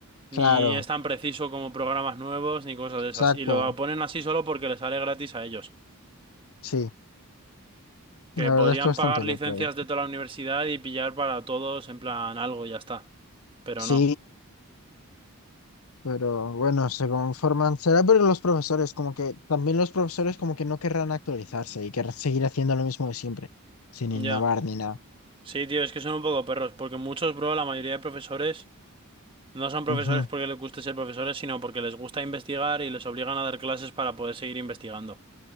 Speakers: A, on the right; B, on the left.
A: ni
B: Claro,
A: es tan preciso como programas nuevos, ni cosas de esas.
B: exacto.
A: Y lo ponen así solo porque les sale gratis a ellos.
B: Sí,
A: Que
B: la
A: podrían
B: verdad es que bastante
A: pagar licencias
B: loco.
A: de toda la universidad y pillar para todos en plan algo, y ya está. Pero
B: Sí,
A: no.
B: pero bueno, se conforman. Será pero los profesores, como que también los profesores como que no querrán actualizarse y querrán seguir haciendo lo mismo de siempre, sin innovar
A: Ya.
B: ni nada.
A: Sí, tío, es que son un poco perros, porque muchos, bro, la mayoría de profesores no son profesores
B: Ujú,
A: porque les guste ser profesores, sino porque les gusta investigar y les obligan a dar clases para poder seguir investigando.